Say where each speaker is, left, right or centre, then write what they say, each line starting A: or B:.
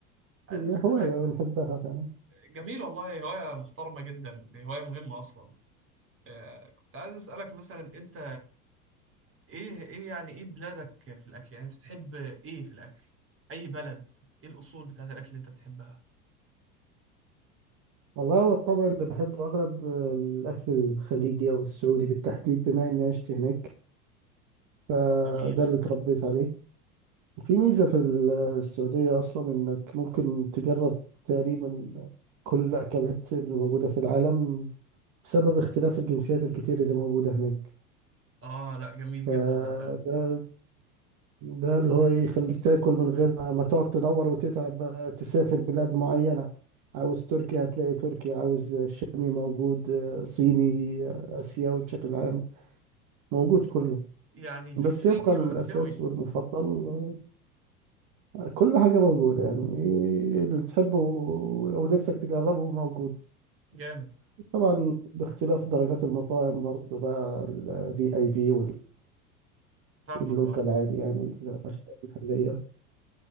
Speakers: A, on the right; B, on the right.
A: عايز
B: هي
A: اسالك
B: هواية بنحبها فعلا
A: جميل والله هوايه محترمه جدا دي هوايه مهمه اصلا آه، كنت عايز اسالك مثلا انت ايه ايه يعني ايه بلادك في الاكل يعني انت تحب ايه في الاكل اي بلد ايه الاصول بتاعت الاكل اللي انت بتحبها
B: والله هو الطبع اللي بحبه أغلب آه، الأكل الخليجي أو السعودي بالتحديد بما إني عشت هناك فده
A: جميل
B: اللي اتربيت عليه في ميزة في ال- السعودية أصلا إنك ممكن تجرب تقريبا كل الأكلات اللي موجودة في العالم بسبب اختلاف الجنسيات الكتير اللي موجودة هناك
A: اه لا جميل
B: فده
A: جدا ده فعلا
B: ده اللي هو إيه، يخليك تاكل من غير ما ما تقعد تدور وتتعب بقى تسافر بلاد معينة عاوز تركيا هتلاقي تركيا عاوز شامي موجود آه، صيني آه، آسيوي بشكل عام موجود كله
A: يعني
B: بس
A: في صيني
B: يبقى الأساس
A: واسيوي
B: والمفضل آه، كل حاجة موجودة يعني إيه اللي تحبه أو نفسك تجربه موجود
A: جامد
B: طبعا باختلاف درجات المطاعم برضو بقى الفي اي بي
A: فاهمك
B: واللوكال
A: اه
B: عادي يعني الأشياء المحلية